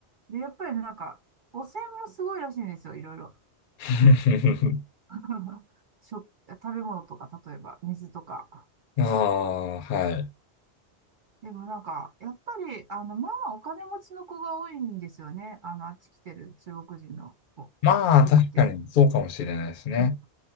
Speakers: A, on the right; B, on the left.
A: で、やっぱりなんか、汚染もすごいらしいんですよ、いろいろ。
B: <laughs>
A: <laughs> 食、食べ物とか、例えば、水とか。
B: ああ、はい。
A: でもなんか、やっぱり、あの、まあお金持ちの子が多いんですよね。あの、あっち来てる中国人の子、
B: まあ、
A: 子って。
B: 確かにそうかもしれないですね。
A: うん